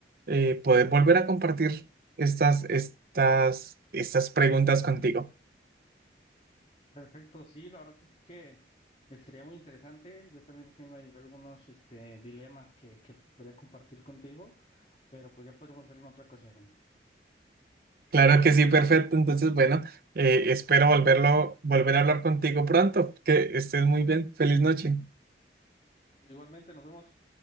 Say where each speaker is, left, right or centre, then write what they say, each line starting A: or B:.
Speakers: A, on the right; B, on the left.
A: eh, poder volver a compartir estas, estas, estas preguntas contigo.
B: Perfecto, sí, la verdad es que estaría muy interesante. Yo también tengo ahí algunos este, dilemas que, que podría compartir contigo. pero pues ya podríamos hacerlo en otra ocasión.
A: Claro que sí, perfecto. Entonces, bueno, eh, espero volverlo, volver a hablar contigo pronto. Que estés muy bien. Feliz noche.
B: Igualmente, nos vemos.